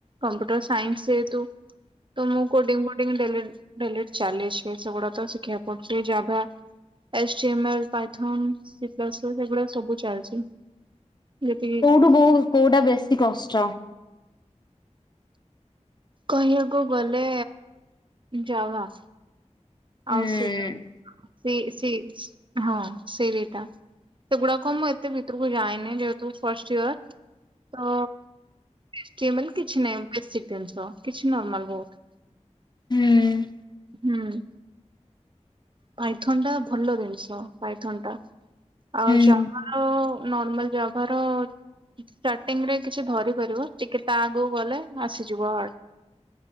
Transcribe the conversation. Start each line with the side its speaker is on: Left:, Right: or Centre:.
Right: କମ୍ପ୍ୟୁଟର ସାଇନ୍ସ
Left: ହୁଁ
Right: ଯେହେତୁ ତ ମୁଁ କୋଡିଙ୍ଗ ଫୋଡ଼ିଙ୍ଗ ଦେଲିଣି ଡେଲି ଚାଲିଚି ସେଗୁଡା ତ ଶିଖିବାକୁ ପଡୁଛି ଏଇ Java H T M L Python C plus plus ଏ ସେଗୁଡା ସବୁ ଚାଲିଛି ଯେତିକି
Left: ଠୁ ବହୁ କୋଉଟା ବେଶୀ କଷ୍ଟ।
Right: କହିବାକୁ ଗଲେ ଜାଭା।
Left: ହୁଁ
Right: ଆଉ ସି ସି ସି ହଁ ସେଇ ଦିଟା ସେଗୁଡାକ ମୁଁ ଏତେ ଭିତରକୁ ଯାଇନି ଯେହେତୁ ଫାଷ୍ଟ ଇୟର। ତ ଏଚ୍ ଟି ଏମେଲ୍ କିଛି ନାହିଁ ବେଶି ଟେନ୍ସ କିଛି ନର୍ମାଲ ବହୁତ୍।
Left: ହୁଁ।
Right: ହୁଁ। ପାଇଥନ ଟା ଭଲ ଜିନିଷ ପାଇଥନ ଟା ଆଉ
Left: ହୁଁ
Right: ଯାଭା ର ନର୍ମାଲ ଜାଭା ର ଷ୍ଟାର୍ଟିଂ ରେ କିଛି ଧରି ପାରିବ ଟିକେ ତା ଆଗକୁ ଗଲେ ଆସିଯିବ ହାର୍ଡ।